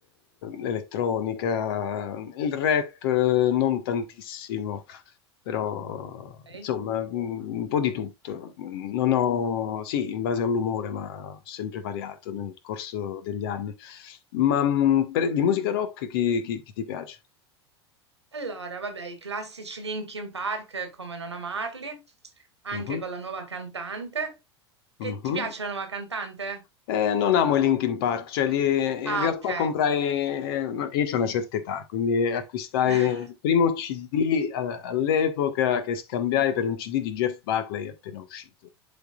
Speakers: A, on the left (about 60°); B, on the right (about 85°).
A: elettronica, il rap eh, non tantissimo. però
B: Ok.
A: insomma mh, un po' di tutto. Non ho, sì, in base all'umore, ma ho sempre variato nel corso degli anni. Ma mh, per- di musica rock chi, chi- chi ti piace?
B: Allora, vabbè, i classici Linkin Park, come non amarli, anche
A: Mhm,
B: con la nuova cantante. Che
A: mhm.
B: ti piace la nuova cantante?
A: Eh, non amo i Linkin Park, cioè li-
B: Ah,
A: in realtà
B: ok.
A: comprai, eh, io c'ho una certa età, quindi acquistai
B: <laughs>
A: il primo CD a- all'epoca che scambiai per un CD di Jeff Buckley appena uscito,